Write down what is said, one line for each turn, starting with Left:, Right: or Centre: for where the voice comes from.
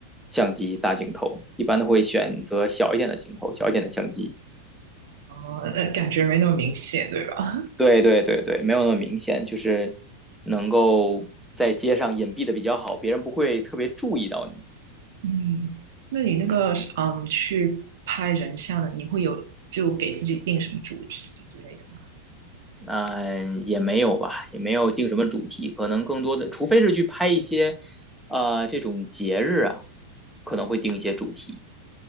Centre: 相机、大镜头，一般都会选择小一点的镜头、小一点的相机。
Right: 哦，那感觉没那么明显，对吧？
Centre: 对对对对，没有那么明显，就是能够在街上隐蔽的比较好，别人不会特别注意到你。
Right: 嗯，那你那个嗯，
Centre: 嗯，
Right: 去拍人像的，你会有就给自己定什么主题之类的吗？
Centre: 那也没有吧，也没有定什么主题，可能更多的，除非是去拍一些，呃，这种节日啊，可能会定一些主题。